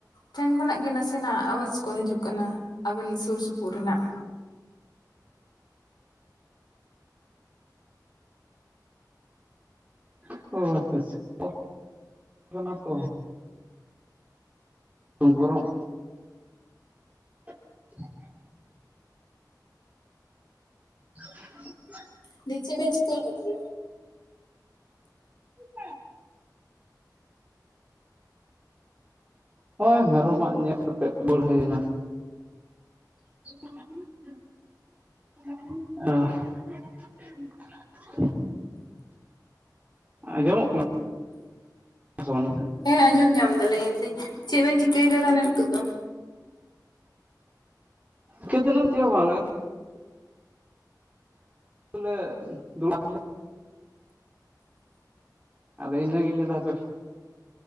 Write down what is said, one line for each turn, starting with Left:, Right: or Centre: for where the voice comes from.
Left: ᱴᱷᱮᱱ ᱠᱷᱚᱱᱟᱜ ᱜᱮ ᱱᱟᱥᱮᱱᱟᱜ ᱟᱣᱟᱡᱽ ᱠᱚ ᱦᱤᱡᱩᱜ ᱠᱟᱱᱟ ᱟᱵᱮᱱ ᱥᱩᱨ ᱥᱩᱯᱩᱨ ᱨᱮᱱᱟᱜ᱾
Right: ᱚ <inaudible> ᱠᱚᱢ ᱜᱚᱨᱚᱢ <inaudible> <inaudible>
Left: ᱱᱤᱪᱮ <inaudible> ᱛᱟᱦᱞᱮ
Right: <inaudible> ᱦᱳᱭ ᱢᱮᱨᱚ ᱢᱟᱜ ᱧᱮᱞ ᱠᱟᱛᱮᱫ ᱵᱟᱹᱲᱦᱟᱹᱭ ᱱᱟ᱾
Left: <inaudible>
Right: <inaudible> ᱟᱸᱡᱚᱢᱚᱜ ᱠᱟᱱᱟ ᱥᱮ ᱵᱟᱝ?
Left: ᱦᱮᱸ ᱟᱸᱡᱚᱢ ᱧᱟᱢ ᱫᱟᱞᱤᱧ ᱞᱟᱹᱭ ᱫᱟᱹᱧ ᱪᱮᱫ ᱵᱮᱱ ᱪᱤᱠᱟᱹᱭ ᱫᱟ ᱛᱟᱦᱞᱮ ᱱᱤᱛᱚᱜ ᱫᱚ?
Right: ᱠᱮᱫ ᱫᱚᱞᱟᱢ ᱪᱮᱫ ᱦᱚᱸ ᱵᱟᱝ ᱚᱱᱟ ᱜᱮᱛᱚ ᱫᱚᱞᱮ <inaudible> ᱟᱫᱚ ᱤᱱᱟᱹᱜᱤᱧ ᱞᱟᱹᱭ ᱫᱟ ᱦᱟᱯᱮ᱾